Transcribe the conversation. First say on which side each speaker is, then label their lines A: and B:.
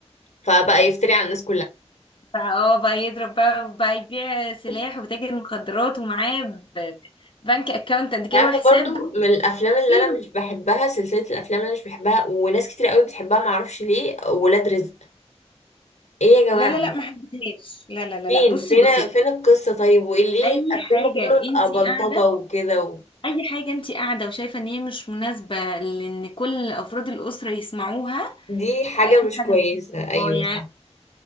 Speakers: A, on the left; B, on the left.
A: فبقى يفتري على الناس
B: بقى اه بقى يضرب بقى وبقى يبيع سلاح
A: كلها
B: وتاجر مخدرات ومعاه ب- بنك اكاونت قد كده
A: انت عارفه
B: وحساب
A: برضو من الافلام اللي
B: كتير
A: انا مش بحبها سلسله الافلام اللي انا مش بحبها وناس كتير قوي بتحبها معرفش ليه ولاد رزق ايه يا جماعه
B: لا لا لا ما حبيتهاش لا لا لا
A: فين
B: لا بصي
A: فين
B: بصي
A: فين القصه طيب وايه ليه
B: اي
A: الفيلم
B: حاجه
A: كله
B: انتي
A: يبقى بلطجه
B: قاعده
A: وكده و...
B: اي حاجه انتي قاعده وشايفه ان هي مش مناسبه لان كل افراد الاسره يسمعوها
A: دي حاجه
B: اكيد
A: مش
B: حاجه
A: كويسه
B: مش هتبقى-
A: ايوه
B: اه يعني
A: صح